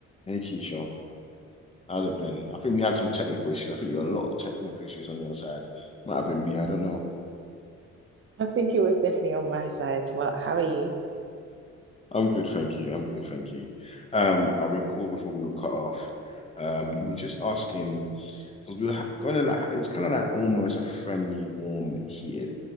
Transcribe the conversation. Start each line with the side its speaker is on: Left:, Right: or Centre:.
Left: Hey Keisha, how's it been? I think we had some technical issues. I think you had a lot of technical issues on your side. Might have been me, I don't know.
Right: I think it was definitely on my side. Well, how are you?
Left: I'm good, thank you. I'm good, thank you. Um, I recall before we were cut off, um, you were just asking because we were gonna like it was kind of like almost a friendly, warm, heated